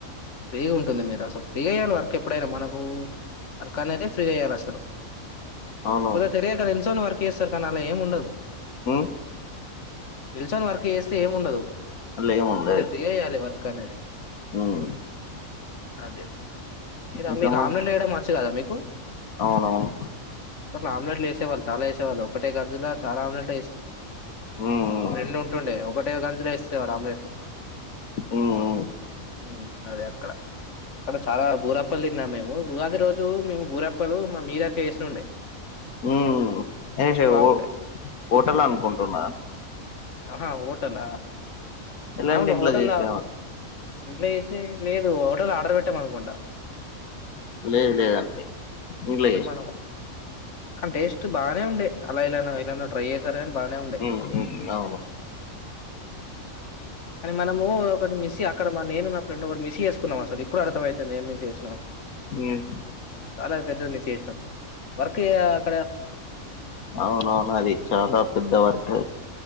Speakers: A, on the left; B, on the left.
A: ఫ్రీగుంటుంది మీర్ అసలు ఫ్రీగెయ్యాలి వర్క్ ఎప్పుడైన మనకు వర్కనేదే. ఫ్రీ జెయ్యాలసలు
B: అవును
A: కొద తెరియక దెల్చోని వర్క్ జేస్తరు కానలా ఏముండదు
B: ఉమ్
A: నిల్సోన్ వర్క్ జేస్. తేముండదు
B: అట్లా ఏమి ఉండదు
A: అంటె ఫ్రీగ జెయ్యాలె వర్క్ కనేది
B: ఉమ్
A: అదే మీరమి
B: ఇంకా మరి
A: రామెల్లెయ్యడం ఒచ్చు గదా మీక్.
B: అవునవును
A: పట్ ఆమ్లెట్లు వేసేవాళ్ళు చాలా వేసేవాళ్ళు ఒకటే గంజులో చాలా ఆమ్లెట్
B: ఉమ్ ఉమ్
A: ఒక ఫ్రెండ్ ఉంటుండే ఒకటే గంజులో వేసేసేవారు ఆమ్లెట్లు
B: ఉమ్ ఉమ్
A: హ్మ్ అదే అక్కడ అక్కడ చాలా బూరప్పలు తిన్నా మేము ఉగాది రోజు మేము బూరప్పలు మా మీదకి వేసినుండే
B: హ్మ్ హే హే
A: బాగుండే.
B: హోటల్ అనుకుంటున్నా
A: అహా ఓ హోటలా
B: లేదంటే
A: అవును
B: ఇంట్లో
A: హోటల్
B: చేసినావా
A: ఇంట్లో చేసినయ్ లేదు హటోల్ లో ఆర్డర్ పెట్టామ అనుకుంటా
B: లేవ్ లేవ్ అండి పూజ
A: అసలు
B: చేసినాం
A: మనము కానీ టేస్ట్ బానే ఉండే అలా ఇలా ఇలానో ట్రై చేసా కానీ బానే ఉండే
B: ఉమ్ ఉమ్ అవును
A: కానీ మనము ఒకటి మిస్ సి అక్కడ మా నేను నా ఫ్రెండ్ కూడా మిస్ చేసుకున్నాం అసలు ఇప్పుడు అర్ధంమవుతుంది ఏం మస్ చేసుకున్నామో
B: ఉమ్
A: చాలా పెద్దది మిస్ చేసినాం వర్క్ క్యాక్
B: అవును అవును అది చాలా పెద్ద వర్క్ అది.